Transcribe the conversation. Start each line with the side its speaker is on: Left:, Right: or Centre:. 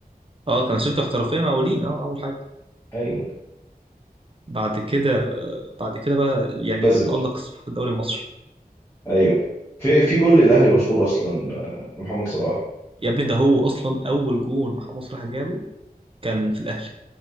Right: اه كان مسيرته احترافيه مع مقاولين اه اول حاجه
Left: ايوه
Right: بعد كده آه، بعد كده بقى يعني
Left: بذل
Right: اتألق صلاح في الدوري المصري
Left: ايوه في في جول للاهلي مشهور اصلا آه، محمد صلاح
Right: يا ابني ده هو اصلا اول جون محمد صلاح جابه كان في الاهلي